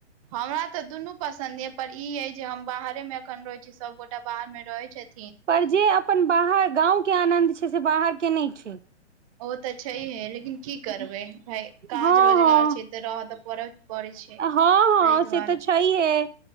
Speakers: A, on the right; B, on the right.
A: हमरा तऽ दुनू पसन्द य पर ई यय जे हम बाहरे में अखन रहैत छी सबगोटा बाहर में रहैत छै
B: पर जे अपन बाहर गाँंव के आनन्द छै से बाहर नइ छै
A: ओ तऽ अच्छा हं लेकिन की करबै
B: हँ
A: भाय काज
B: हँ
A: रोजगार छै तऽ रहऽ तऽ पड़ पड़ै छै
B: हँ हँ
A: ताहि
B: से
A: दुआरे
B: तऽ छै है